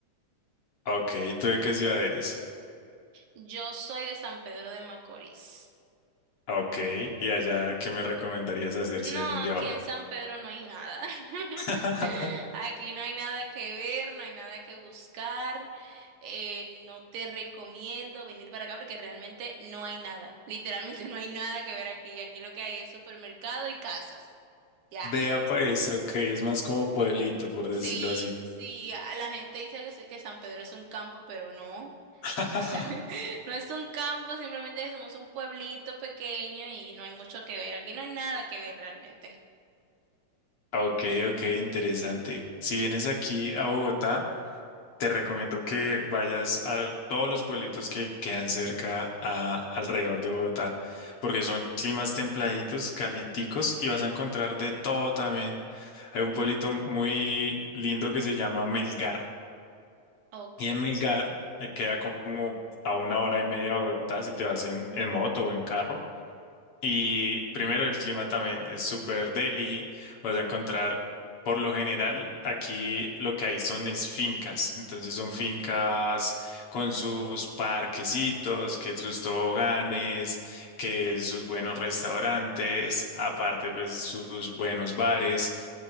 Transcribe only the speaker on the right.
Yo soy de San Pedro de Macorís.
No,
aquí
en San Pedro no hay nada. <laughs>
Aquí no hay nada que ver, no hay nada que buscar. Eh, no te recomiendo venir para acá porque realmente no hay nada. Literalmente <laughs> no hay nada que ver aquí. Aquí lo que hay es supermercado y casas. Ya.
Sí,
sí, a- la gente dice que, se- que San Pedro es un campo, pero no.
No es, <laughs> no es un campo, simplemente somos un pueblito pequeño y no hay mucho que ver. Aquí no hay nada que ver realmente.
Sí.
Ok.